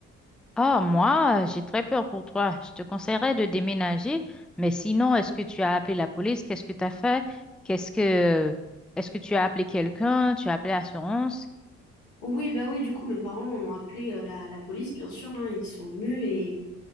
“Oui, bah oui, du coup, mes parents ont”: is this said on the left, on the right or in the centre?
Left